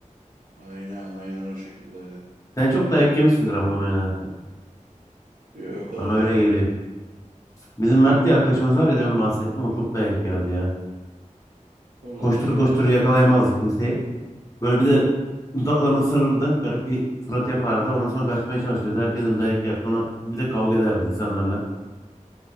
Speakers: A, on the right; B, on the left.
A: Aynen aynen o şekilde.
B: Sen çok dayak yemişsindir ama onu oynarken.
A: Yok o kadar
B: Bana
A: da
B: öyle
A: diyemedim.
B: geliyor. Bizim Mert diye arkadaşımız var ya demin bahsettim o çok dayak yerdi ya.
A: Allah
B: Koştur
A: Allah niye?
B: koştur yakalayamazdı kimseyi. Böyle bir de dudaklarını ısırırdı. Garip bir surat yapardı. Ondan sonra kaçmaya çalışırdı. Herkesin dayak yer. Sonra bir de kavga ederdi insanlarla.